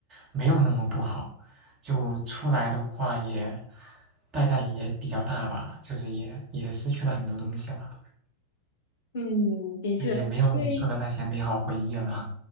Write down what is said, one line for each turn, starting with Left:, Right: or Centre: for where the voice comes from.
Right: 没有那么不好，就出来的话也代价也比较大吧，就是也也失去了很多东西了，
Left: 嗯，的确，
Right: 也没有你说的那些美好回忆了。
Left: 因为